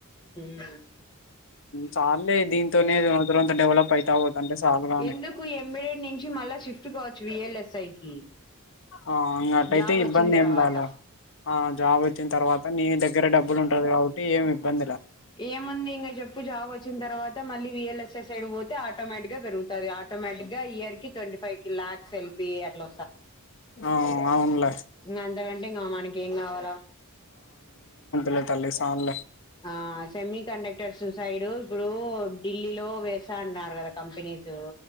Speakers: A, on the left (about 20°); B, on the left (about 60°).
A: ఉ
B: చాల్లె దీంతోనే రొంత రొంత డెవలప్ అయితా పోతుంటే చాలుగాని
A: ఎందుకు ఎంబీడెడ్ నుంచి మళ్ళా షిఫ్ట్ కావచ్చు వి ఎల్ ఎస్ ఐ కి
B: ఆ ఇంగ అట్టయితే
A: జాబ్ వచ్చిన
B: ఇబ్బంది
A: తర్వాత
B: ఏం రాలే ఆ జాబ్ వచ్చిన తర్వాత నీ దగ్గర డబ్బులు ఉంటది కాబట్టి ఏమి ఇబ్బందిలే
A: ఏముంది ఇంక చెప్పు జాబ్ వచ్చిన తర్వాత మళ్ళీ వి ఎల్ ఎస్ సైడ్ కి పోతే ఆటోమేటిక్గా పెరుగుతది ఆటోమటిక్గా ఇయర్ కి ట్వంటీ ఫైవ్ కి లాక్స్ ఎల్పిఏ అట్లా
B: ఆ అవున్లే
A: అంత గంటే మనకి ఏం కావాల
B: లే తల్లి సాల్లే
A: ఆ సెమీ కండక్టర్ ససైడు ఇప్పుడు ఢిల్లీలో వేస్తా అన్నారు కదా కంపెనీస్